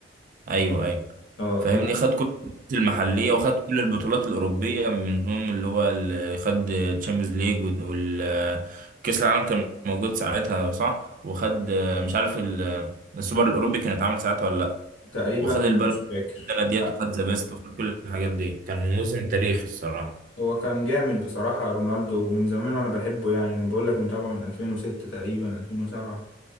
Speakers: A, on the right; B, on the left.
A: ايوه ايوه
B: اه
A: فاهمني
B: لا
A: خد كل البطولات المحليه
B: خد
A: وخد كل البطولات الاوروبيه من ضمن اللي هو ال- خد تشامبيونز ليج والكاس العالم كان موجود ساعتها صح وخد آه، مش عارف ال- السوبر الاوروبي كان اتعمل ساعتها ولا لا
B: تقريبا
A: وخد البلد
B: مش فاكر
A: السنه ديت
B: لا
A: وخد ذا بيست وخد كل الحاجات دي كان موسم تاريخي الصراحه
B: هو كان جامد بصراحة رونالدو من زمان وانا بحبه يعني انا بقول لك متابعه من 2006 تقريبا 2007